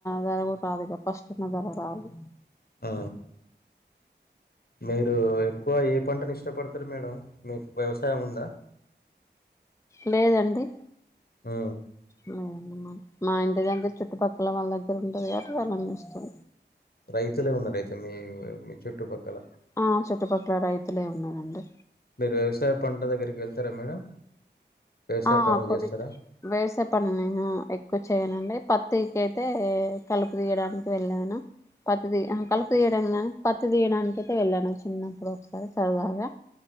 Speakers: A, on the left; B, on the left.
A: జరగతుదు ఇ ఫస్ట్న్న జరగ రాదు
B: ఆ మీరు ఎక్కువ ఏ పంటను ఇష్టపడతారు మేడం మీకు వ్యవసాయం ఉందా
A: లేదండి
B: ఆ
A: లేదమ్మా మా ఇంటి దగ్గర చుట్టుపక్కల వాళ్ళ దగ్గర ఉంటుంది కాట్ వాళ్ళని చూస్తం
B: రైతులే ఉన్నారు అయితే మీ మీ చుట్టుపక్కల
A: ఆ చుట్టుపక్కల రైతులే ఉన్నారంండి
B: మీరు వ్యవసాయ పంట దగ్గరికి వెళ్తారా మేడం వ్యవసాయ
A: ఆ
B: పనులు
A: కొన్ని
B: చేస్తారా
A: వ్యవసాయ పనులు నేను ఎక్కువ చేయనండి ప తీక అయితే కలుపు తీయడానికి వెళ్ళాను పతి
B: ఉమ్
A: కలుపు తీయడం గాని పతి తీయడానినికి అయితే వెళ్ళాను చిన్నప్పుడు ఒకసారి సరదాగా